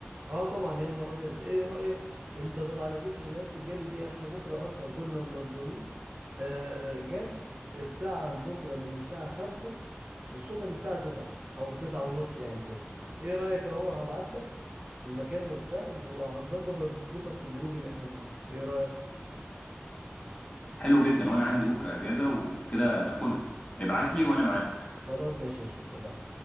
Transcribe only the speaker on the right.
اه طبعا يا نهار ابيض ايه رأيك انت طبعا على ذكر رياضة الجري دي احنا بكرة اصلا كنا منظمين آه، آه، جري الساعة بكرة من الساعة خمسة الصبح للساعة تسعة او تسعة ونص يعني كده ايه رأيك اهو هبعت لك المكان وبتاع وهنظبط وهتضيفك في الجروب اللي احنا فيه ايه رأيك
خلاص ماشي قشطة اتفقنا